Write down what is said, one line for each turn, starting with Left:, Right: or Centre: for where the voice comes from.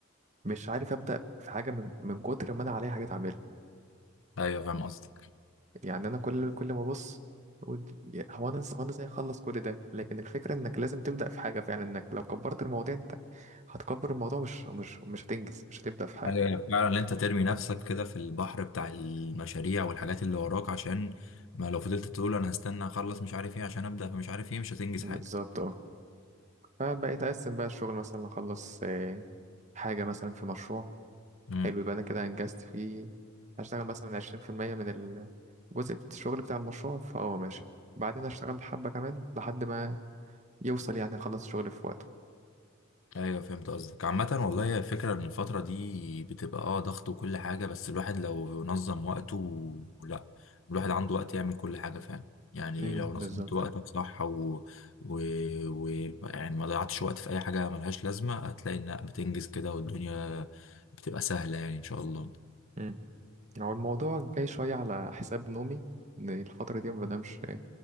Right: مش عارف أبدأ في حاجة من من كتر ما أنا عليا حاجات أعملها
Left: ايوه فاهم قصدك
Right: يعني أنا كل كل ما أبص أقول يا- هو أنا إز- هو أنا إزاي أخلص كل ده لكن الفكرة إنك لازم تبدأ في حاجة فعلا إنك لو كبرت الموضوع أنت هتكبر الموضوع مش مش مش هتنجز مش هتبدأ في حاجة
Left: ايوه يعني فعلا ان انت ترمي نفسك كده في البحر بتاع المشاريع والحاجات اللي وراك عشان ما لو فضلت تقول انا هستنى اخلص مش عارف ايه عشان ابدا فمش عارف ايه مش هتنجز
Right: بالظبط
Left: حاجة
Right: اه فبقيت أقسم بقى الشغل مثلا أخلص آه، حاجة مثلا في مشروع
Left: امم
Right: حلو يبقى انا كده انجزت فيه هشتغل مثلا عشرين في المية من الجزء بت- الشغل بتاع المشروع فهو ماشي بعدين هشتغل حبة كمان لحد ما يوصل يعني يخلص الشغل في وقته
Left: ايوه فهمت قصدك عامة والله هي الفكرة ان الفترة دي بتبقى اه ضغط وكل حاجة بس الواحد لو نظم وقته لا الواحد عنده وقت يعمل كل حاجة فعلا يعني
Right: امم
Left: لو نظمت
Right: بالظبط
Left: وقتك صح و... و... و... يعني ما ضيعتش وقت في اي حاجة ملهاش لازمة هتلاقي انك بتنجز كده والدنيا بتبقى سهلة يعني ان شاء الله
Right: امم هو الموضوع جاي شوية على حساب نومي ان الفترة دي ما بنامش